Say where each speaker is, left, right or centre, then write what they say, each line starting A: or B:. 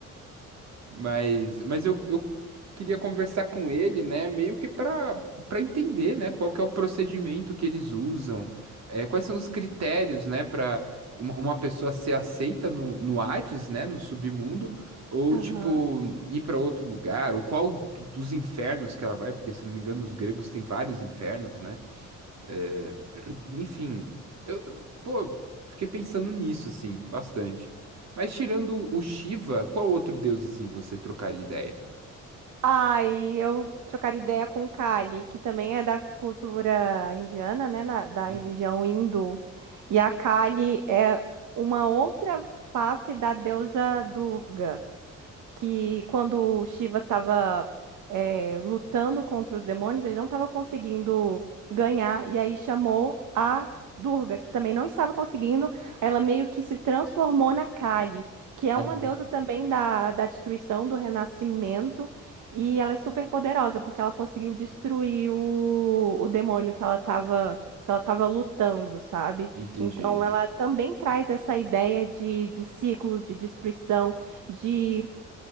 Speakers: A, on the right; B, on the right.
A: Mas, mas eu, eu queria conversar com ele, né? Meio que para para entender, né? Qual que é o procedimento que eles usam, é, quais são os critérios, né? Para uma, uma pessoa ser aceita no, no Hades, né? No submundo, ou
B: Aham.
A: tipo ir para outro lugar, ou qual do- dos infernos que ela vai, porque se não me engano os gregos têm vários infernos, né? É, <clears throat> enfim, eu, eu- pô, fiquei pensando nisso, assim, bastante. Mas tirando o Shiva, qual outro deus, assim, você trocaria ideia?
B: Ai, eu trocar ideia com Kali, que também é da cultura indiana, né, na- da
A: Hum,
B: religião hindu. E a Kali é uma outra face da deusa Durga que quando o Shiva estava lutando contra os demônios, ele não estava conseguindo ganhar, e aí chamou a Durga, que também não estava conseguindo, ela meio que se transformou na Kali, que é
A: Aham.
B: uma deusa também da, da destruição, do renascimento, e ela é super poderosa, porque ela conseguiu destruir o, o demônio que ela estava. Que ela estava lutando, sabe?
A: Entendi.
B: Então, ela também traz essa ideia de, de ciclos, de destruição, de